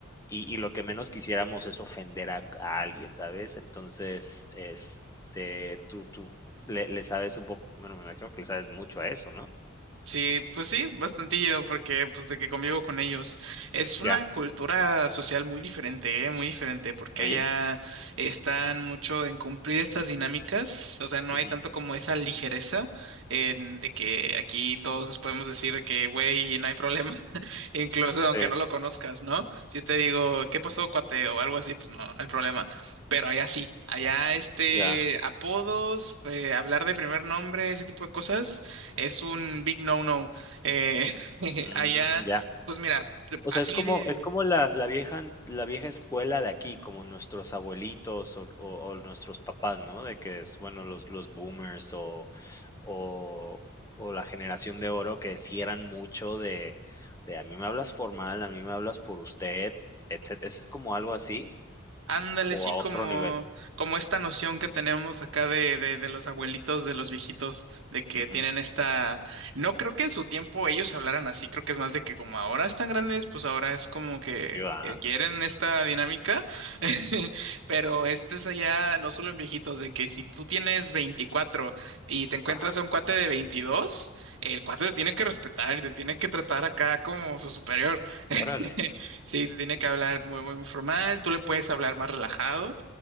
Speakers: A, on the left (about 15°); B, on the right (about 65°).
A: Y, y lo que menos quisiéramos es ofender a, a alguien, ¿sabes? Entonces, este, tú, tú le, le sabes un poco, bueno, me imagino que le sabes mucho a eso, ¿no?
B: Sí, pues sí, bastantillo, porque pues de que convivo con ellos. Es
A: Ya,
B: una cultura social muy diferente, ¿eh? Muy diferente, porque
A: sí.
B: allá están mucho en cumplir estas dinámicas, o sea, no hay
A: ujú,
B: tanto como esa ligereza en de que aquí todos nos podemos decir de que, güey, no hay problema, <laughs> incluso
A: Sí,
B: aunque no lo conozcas, ¿no? Si yo te digo, ¿qué pasó, cuate? o algo así, pues no, no hay problema. Pero allá sí, allá este
A: ya.
B: apodos, eh, hablar de primer nombre, ese tipo de cosas es un big no-no. Eh, <laughs>
A: mm,
B: allá,
A: ya.
B: pues mira,
A: O
B: así
A: sea, es como
B: de...
A: es como la la vieja la vieja escuela de aquí, como nuestros abuelitos o o o nuestros papás, ¿no? De que es, bueno, los los boomers o o o la generación de oro que sí eran mucho de de: "A mí me hablas formal, a mí me hablas por usted", etcétera. ¿Es como algo así
B: Ándale,
A: o
B: sí,
A: a
B: como,
A: otro nivel?
B: como esta noción que tenemos acá de, de, de los abuelitos, de los viejitos, de que
A: Ujú.
B: tienen esta... No creo que en su tiempo ellos hablaran así, creo que es más de que como ahora están grandes, pues ahora es como que,
A: Sí, ¿verdad?
B: que quieren esta dinámica, <laughs> pero este es allá no solo en viejitos, de que si tú tienes 24 y te encuentras
A: Ajá.
B: a un cuate de veintidós el cuate te tiene que respetar y te tiene que tratar acá como su superior. <laughs>
A: Órale.
B: Sí, te tiene que hablar muy, muy formal, tú le puedes hablar más relajado,